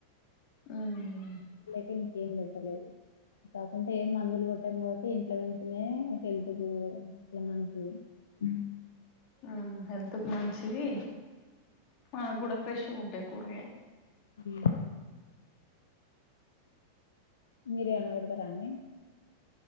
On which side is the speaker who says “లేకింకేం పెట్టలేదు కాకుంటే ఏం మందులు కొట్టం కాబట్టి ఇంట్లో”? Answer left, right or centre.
Left